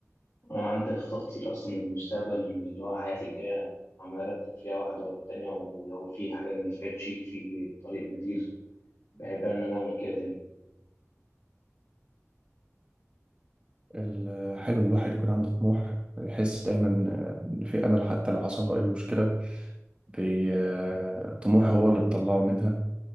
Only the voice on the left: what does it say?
أنا عندي خطط كتير أصلا للمستقبل واللي هو حياتي الجاية عمال أرتب فيها واحدة ورا التانية ولو في حاجة منفعتش في طريق بديل بحب إن أنا أعمل كده دايما.